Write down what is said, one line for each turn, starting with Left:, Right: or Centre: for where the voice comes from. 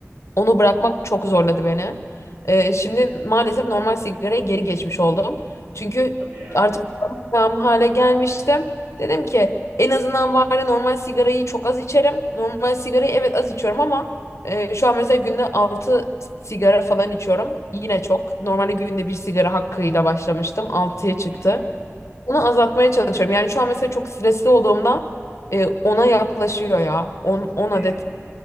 Left: Onu bırakmak çok zorladı beni. Ee, şimdi maalesef normal sigaraya geri geçmiş oldum. Çünkü
Right: Hadi ya.
Left: artık tam hale gelmiştim. Dedim ki en azından bari normal sigarayı çok az içerim. Normal sigarayı evet az içiyorum ama e, şu an mesela günde 6 sigara falan içiyorum. Yine çok. Normalde günde bir sigara hakkıyla başlamıştım. altıya çıktı.
Right: Hı hı.
Left: Onu azaltmaya çalışıyorum. Yani şu an mesela çok stresli olduğumda e, 10'a yaklaşıyor ya. 10
Right: Hadi
Left: 10 adet
Right: ya.